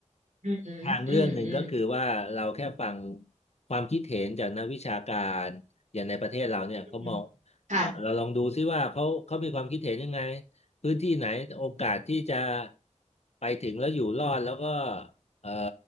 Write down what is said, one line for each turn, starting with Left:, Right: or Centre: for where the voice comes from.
Left: ำทางเลือกหนึ่งก็คือว่าเราแค่ฟัง
Right: อืมอืมอืม
Left: ความคิดเห็นจากนักวิชาการอย่างในประเทศเราเนี่ยเขามอง
Right: อืมค่ะ
Left: เอ่อเราลองดูซิว่าเขาเขามีความคิดเห็นยังไงพื้นที่ไหนโอกาสที่จะไปถึงแล้วอยู่รอดแล้วก็เอ่อ